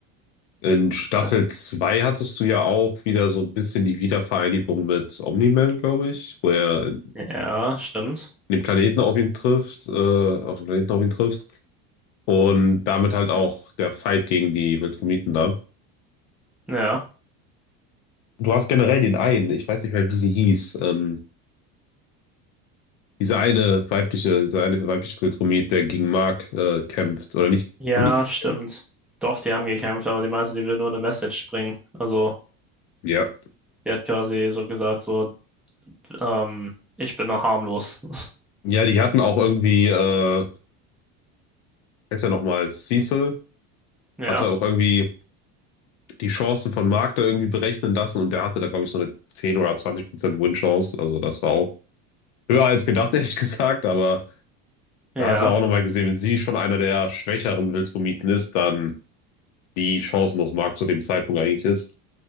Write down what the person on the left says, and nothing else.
In Staffel
2 hattest du ja auch wieder so ein bisschen die Wiedervereinigung mit Omni-Man, glaube ich, wo er
den Planeten auf ihn trifft, äh, auf den Planeten auf ihn trifft und damit halt auch der Fight gegen die Viltrumiten da.
Du hast generell den einen, ich weiß nicht mehr, wie sie hieß, ähm, diese eine weibliche, diese eine weibliche Viltrumit, der gegen Mark äh, kämpft, oder nicht?
Haben die gekämpft?
Ja.
Ja, die hatten auch irgendwie, äh, heißt ja nochmal, Cecil
hatte auch irgendwie die Chancen von Mark da irgendwie berechnen lassen und der hatte da, glaube ich, so eine 10 oder 20% Win-Chance. Also das war auch höher als gedacht, <laughs> ehrlich gesagt, aber
Da hast du auch nochmal gesehen, wenn sie schon einer der schwächeren Wildromiten ist, dann wie chancenlos Mark zu dem Zeitpunkt eigentlich ist.